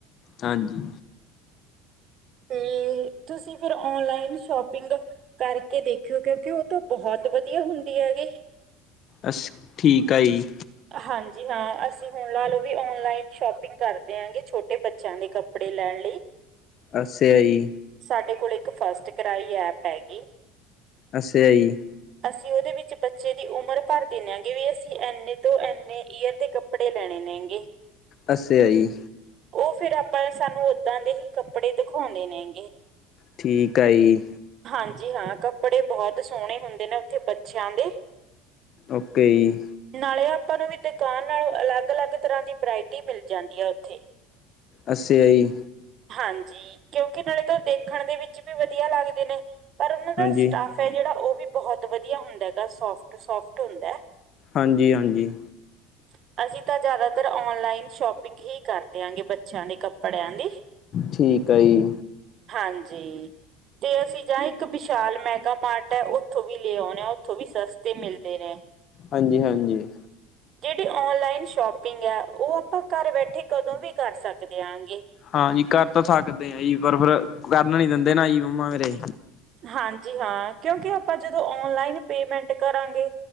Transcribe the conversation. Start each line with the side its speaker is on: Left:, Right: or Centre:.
Left: ਹਾਂਜੀ
Right: ਤੇ ਤੁਸੀਂ ਫਿਰ ਓਨਲਾਈਨ ਸ਼ੋਪਿੰਗ ਕਰਕੇ ਦੇਖਿਓ ਕਿਉਂਕਿ ਉਹ ਤਾਂ ਬਹੁਤ ਵਧੀਆ ਹੁੰਦੀ ਹੈਗੀ
Left: ਅਸ ਠੀਕ ਆ ਜੀ
Right: ਹਾਂਜੀ ਹਾਂ ਅਸੀਂ ਹੁਣ ਲਾ ਲਓ ਵੀ ਔਨਲਾਈਨ ਸ਼ੋਪਿੰਗ ਕਰਦੇ ਹਾਂਗੇ ਛੋਟੇ ਬੱਚਿਆਂ ਦੇ ਕੱਪੜੇ ਲੈਣ ਲਈ <inaudible>
Left: ਅਸੇ ਆਈ
Right: ਸਾਡੇ ਕੋਲ ਇੱਕ ਫਸਟ ਕਰਾਈ ਐਪ ਹੈਗੀ
Left: ਅੱਛੇ ਹੈ ਜੀ
Right: ਅਸੀਂ ਉਹਦੇ ਵਿੱਚ ਬੱਚੇ ਦੀ ਉਮਰ ਭਰ ਦਿੰਦੇ ਹਾਂਗੇ ਵੀ ਅਸੀਂ ਇੰਨੇ ਇੰਨੇ ਈਅਰ ਦੇ ਕੱਪੜੇ ਲੈਣੇ ਨੇਗੇ
Left: ਅੱਸੇ ਆ ਜੀ
Right: ਉਹ ਫੇਿਰ ਆਪਾਂ ਸਾਨੂੰ ਓਦਾਂ ਦੇ ਹੀ ਕੱਪੜੇ ਦਿਖਾਉਂਦੇ ਨੇਗੇ
Left: ਠੀਕ ਆ ਜੀ
Right: ਹਾਂਜੀ ਹਾਂ ਕੱਪੜੇ ਬਹੁਤ ਸੋਹਣੇ ਹੁੰਦੇ ਨੇ ਉੱਥੇ ਬੱਚਿਆਂ ਦੇ
Left: ਓਕੇ ਜੀ।
Right: ਨਾਲੇ ਆਪਾਂ ਨੂੰ ਵੀ ਦੁਕਾਨ ਨਾਲੋਂ ਅਲੱਗ ਅਲੱਗ ਤਰ੍ਹਾਂ ਦੀ ਵਰਾਇਟੀ ਮਿਲ ਜਾਂਦੀ ਆ ਓਥੇ।
Left: ਅੱਸਿਆ ਈ।
Right: ਹਾਂਜੀ ਕਿਉਂਕਿ ਨਾਲੇ ਤਾਂ ਦੇਖਣ ਦੇ ਵਿੱਚ ਵੀ ਵਧੀਆ ਲੱਗਦੇ ਨੇ ਪਰ ਉਨਾਂ
Left: ਹਾਂਜੀ
Right: ਦਾ ਸਟੱਫ- ਫ ਜੇੜਾ ਓ ਵੀ ਬਹੁਤ ਵਧੀਆ ਹੁੰਦਾ ਹੈਗਾ ਸੋਫਟ ਸੋਫਟ ਹੁੰਦਾ।
Left: ਹਾਂਜੀ ਹਾਂਜੀ
Right: <inaudible> ਅਸੀਂ ਤਾਂ ਜ਼ਿਆਦਾਤਰ ਓਨਲਾਈਨ ਸ਼ੋਪਿੰਗ ਹੀ ਕਰਦੇ ਆਗੇਂ ਬੱਚਿਆਂ ਦੇ ਕੱਪੜਿਆਂ ਦੀ।
Left: ਠੀਕ ਆ ਜੀ
Right: ਹਾਂਜੀ ਤੇ ਅਸੀਂ ਜਾਏ ਇੱਕ ਵਿਸ਼ਾਲ ਮੈਗਾ ਮਾਰਟ ਏ ਓਥੋਂ ਵੀ ਲੈ ਆਉਂਣੇ। ਓਥੋਂ ਵੀ ਸਸਤੇ ਮਿਲਦੇ ਨੇ।
Left: ਹਾਂਜੀ ਹਾਂਜੀ
Right: ਜੇੜੀ ਓਨਲਾਈਨ ਸ਼ੋਪਿੰਗ ਐ ਉਹ ਆਪਾਂ ਘਰ ਬੈਠੇ ਕਦੋਂ ਵੀ ਕਰ ਸਕਦੇ ਆ ਗੇਂ।
Left: ਹਾਂਜੀ ਕਰ ਤਾਂ ਸਕਦੇ ਆ ਜੀ ਪਰ ਫਿਰ ਕਰਨ ਨੀ ਦਿੰਦੇ ਨਾ ਮੰਮਾ ਮੇਰੇ।
Right: ਹਾਂਜੀ ਹਾਂ ਕਿਉਂਕਿ ਆਪਾਂ ਜਦੋਂ ਓਨਲਾਈਨ ਪੇਮੈਂਟ ਕਰਾਂਗੇ